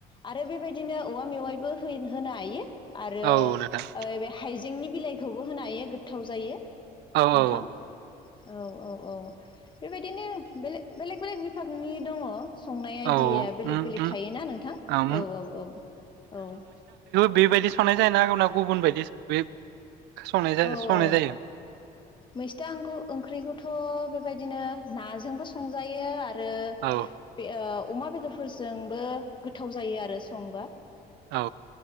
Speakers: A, on the left; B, on the right.
A: आरो बेबायदि दिनो औवा मेवाइबो होयो होनो हायो। आरो
B: औ नोंथां
A: ओ बे हाइजें जेंनि बिलाइखौबो होनो हायो गोथाव जायो।
B: औ औ
A: नोंथां औ -औ- औ। बे बायदिनो बेे -बेलेक- बेलेग बिभागनि दङ संनाय दैया
B: औ
A: बेलेग
B: उम
A: -बेलेग
B: उम
A: थायोना नोंथां
B: ओम
A: औ- औ -औ -औ।
B: बे बायदि संनाय जायो ना गुबुन बायदि <unintelligible> जा
A: औ-
B: संनाय
A: औ
B: जायो
A: मैस्थांखौ ओंख्रिखौथ' बे बे बायदिनो नाजोंबो संजायो आरो आरो ओ
B: औ
A: बे अमा बेदरफोरजोंबो गोथाव जायो आरो। आरो संबा
B: औ।